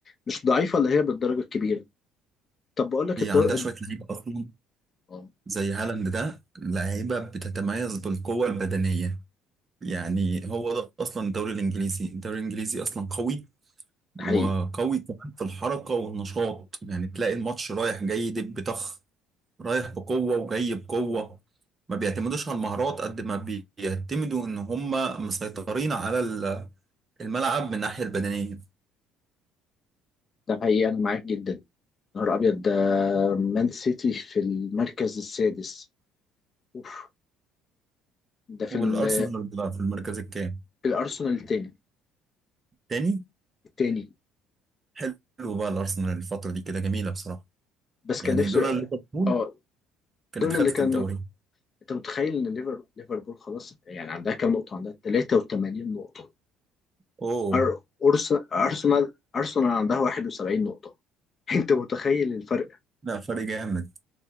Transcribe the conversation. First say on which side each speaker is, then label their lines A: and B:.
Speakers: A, on the left; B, on the right.
A: مش ضعيفه اللي هي بالدرجه الكبيره طب بقول لك
B: هي
A: الدوري
B: عندها شوية لعيبة أصلا
A: اه
B: زي هالاند ده لعيبة بتتميز بالقوة البدنية يعني هو ده اصلا الدوري الانجليزي الدوري الانجليزي اصلا قوي
A: ده
B: وقوي
A: حقيقي
B: كمان في الحركه والنشاط يعني تلاقي الماتش رايح جاي دب طخ رايح بقوه وجاي بقوه ما بيعتمدوش على المهارات قد ما بيعتمدوا ان هم مسيطرين على ال- الملعب من الناحيه البدنيه
A: ده حقيقي انا معاك جدا يا نهار ابيض ده مان سيتي في المركز السادس اوف ده في
B: والارسنال
A: ال-
B: بقى في المركز الكام
A: في الارسنال التاني
B: تاني
A: التاني
B: حلو بقى الارسنال الفتره دي كده جميله بصراحه
A: بس
B: يعني
A: كان نفسه
B: لولا ليفربول
A: اه
B: كانت
A: دول
B: خدت
A: اللي كانوا
B: الدوري
A: انت متخيل ان ليفر- ليفربول خلاص يعني عندها كام نقطه عندها 83 نقطه
B: اوه
A: أر- أرس- أرسنال أرسنال عندها 71 نقطة <laughs> أنت متخيل الفرق
B: لا فرق جامد